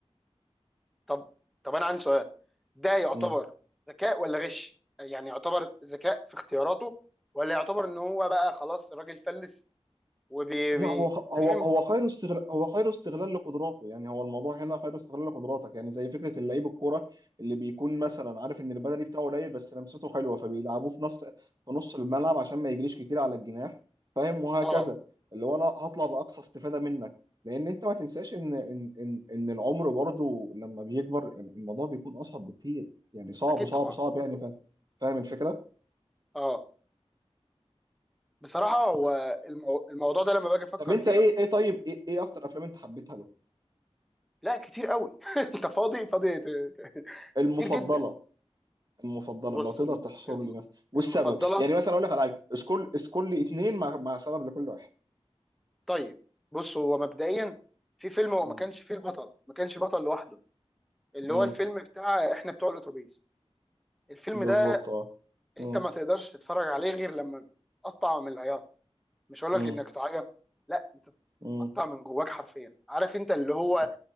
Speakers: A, in the centre; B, on the right.
A: طب طب انا عندي سؤال ده يعتبر
B: مم.
A: ذكاء ولا غش يعني يعتبر ذكاء في اختياراته ولا يعتبر ان هو بقى خلاص الراجل فلس وبي
B: لا
A: بي-
B: هو هو
A: فاهم
B: هو خير استغلال هو خير استغلال لقدراته يعني هو الموضوع هنا خير استغلال لقدراتك يعني زي فكره اللعيب الكوره اللي بيكون مثلا عارف ان البدني بتاعه قليل بس لمسته حلوه فبيلعبوه في نفس في نص الملعب عشان ما يجريش كتير على الجناح فاهم وهكذا
A: اه
B: اللي هو انا هطلع باقصى استفاده منك لان انت ما تنساش ان ان ان ان العمر برضه لما بيكبر يعني الموضوع بيكون اصعب بكتير يعني صعب
A: اكيد
B: صعب
A: طبعا
B: صعب يعني فاهم فاهم الفكره
A: اه بصراحه هو
B: بس
A: المو... الموضوع ده لما باجي افكر
B: طب انت
A: فيه
B: ايه ايه طيب ايه, ايه اكتر افلام انت حبيتها له
A: لا كتير قوي <laughs> انت فاضي فاضي ت- ت-
B: المفضله
A: كتير جدا
B: المفضله
A: بص
B: لو تقدر
A: الم...
B: تحصر
A: الم-
B: لي مثلا والسبب
A: المفضله
B: يعني مثلا اقول لك على حاجه اسكول اسكول لي اتنين مع مع سبب لكل واحد
A: طيب بص هو مبدئيا في فيلم هو
B: م-
A: ما كانش فيه البطل ما كانش البطل لوحده اللي
B: م-
A: هو الفيلم بتاع احنا بتوع الاتوبيس الفيلم
B: بالظبط
A: ده
B: اه
A: انت
B: م-
A: ما تقدرش تتفرج عليه غير لما تقطع من العياط مش هقول
B: م-
A: لك انك تعيط لا انت
B: م-
A: تقطع من جواك حرفيا عارف انت اللي هو
B: م-